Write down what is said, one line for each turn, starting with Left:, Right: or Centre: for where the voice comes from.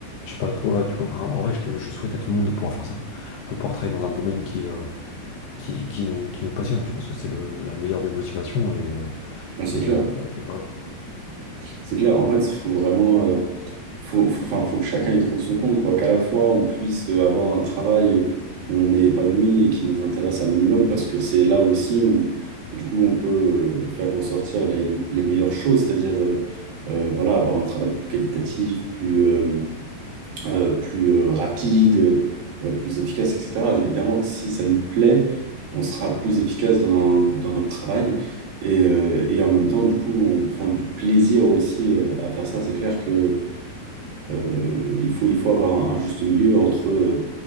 Left: Je sais pas, toi, du coup, enfin, en vrai, je, te- je souhaite à tout le monde de pouvoir faire ça, de pouvoir travailler dans un domaine qui, euh, qui, qui nous, qui nous passionne. Je pense que c'est le, la meilleure des motivations et, euh,
Right: Ouais, C'est
Left: et,
Right: clair,
Left: euh, et voilà, quoi.
Right: c'est clair. En fait, il faut vraiment. euh, faut, faut, enfin, faut que chacun y trouve son compte, quoi. Qu'à la fois, on puisse euh, avoir un travail euh, où on est épanoui et qui nous intéresse un minimum, parce que c'est là aussi où, où, du coup, on peut euh, faire ressortir les, les meilleures choses, c'est-à-dire, euh, euh, voilà, avoir un travail plus qualitatif, plus, euh, euh, plus euh, rapide, euh, plus efficace, etc. Évidemment que si ça nous plaît, on sera plus efficace dans, dans notre travail. Et, euh, et en même temps, du coup, on prend du plaisir aussi euh, à faire ça. C'est clair que euh, il faut, il faut avoir un, un juste milieu entre euh,